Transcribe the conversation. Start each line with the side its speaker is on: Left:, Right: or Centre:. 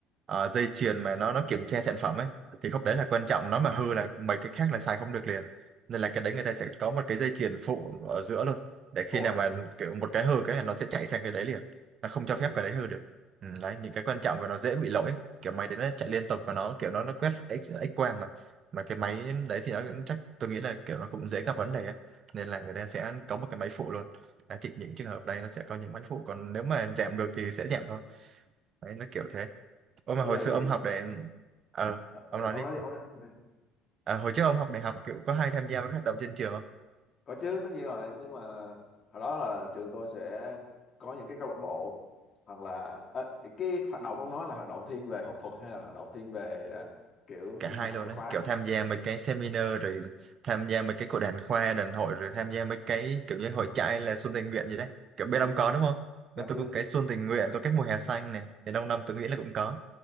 Right: ờ, dây chuyền mà nó nó kiểm tra sản phẩm ấy thì khúc đấy là quan trọng nó mà hư là mấy cái khác là xài không được liền nên là cái đấy người ta sẽ có một cái dây chuyền phụ ở giữa luôn để khi
Left: ôi
Right: nào mà kiểu một cái hư cái này nó sẽ chạy sang cái đấy liền nó không cho
Left: ồ
Right: phép cái đấy hư được ừ, đấy những cái quan trọng và nó dễ bị lỗi kiểu máy đấy nó chạy liên tục và nó kiểu nó nó quét x x quang mà mà cái máy đấy thì nó cũng chắc tôi nghĩ là kiểu nó cũng dễ gặp vấn đề ấy. nên là người ta sẽ có một cái máy phụ luôn Đấy, thì những trường hợp đây nó sẽ có những máy phụ còn nếu mà giảm được thì sẽ giảm thôi đấy nó kiểu thế ôi mà
Left: ủa
Right: hồi
Left: rồi
Right: xưa ông học để ờ
Left: Ờ, ờ,
Right: ông nói
Left: ông
Right: đi
Left: nói đi ông nói, ông nói đi.
Right: Ờ, hồi trước ông học đại học kiểu có hay tham gia với các hoạt động trên trường không
Left: có chứ tất nhiên rồi nhưng mà hồi đó là trường tôi sẽ có những cái câu lạc bộ hoặc là ờ, cái hoạt động ông nói là hoạt động thiên về học thuật hay là hoạt động thiên về ờ, kiểu
Right: cả
Left: sinh
Right: hai
Left: hoạt
Right: luôn
Left: ngoại
Right: đấy
Left: khóa
Right: kiểu tham gia mấy cái seminar rồi tham gia mấy cái cuộc đàn khoa đàn hội rồi tham gia mấy cái kiểu như hội trại là xuân tình nguyện gì đấy kiểu bên
Left: ừ,
Right: ông có đúng không
Left: có
Right: bên tôi
Left: chứ
Right: có cái xuân tình nguyện có cái mùa hè xanh này thì đông đông tôi nghĩ là cũng có